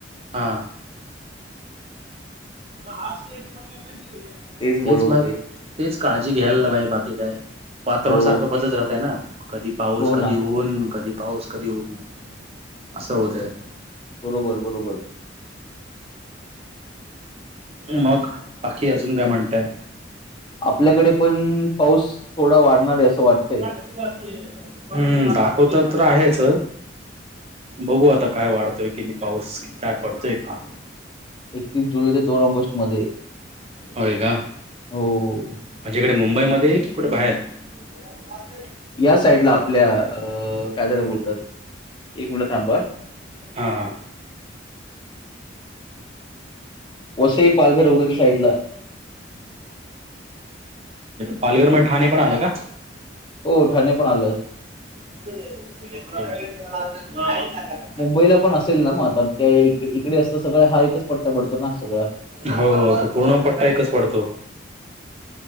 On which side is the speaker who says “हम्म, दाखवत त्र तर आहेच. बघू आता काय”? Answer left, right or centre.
Right